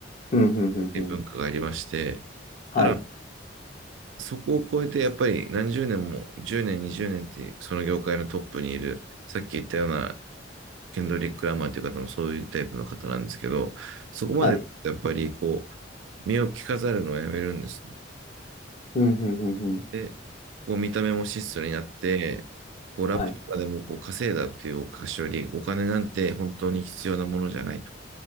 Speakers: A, on the left; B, on the right.
A: うん、うん、うん、
B: ていう文化がありまして、
A: うん。はい。
B: ただ、そこを超えてやっぱり何十年も、10年、20年ってその業界のトップにいる、さっき言ったようなケンドリック・ラマーという方もそういうタイプの方なんですけど、そこまでやっぱりこう、
A: はい。
B: 目を着飾るのをやめるんですね。
A: うん、うん、うん、うん。
B: で、こう見た目も質素になって、こうラップとかでもこう稼いだっていうお菓子より、
A: はい。
B: お金なんて本当に必要なものじゃないとか、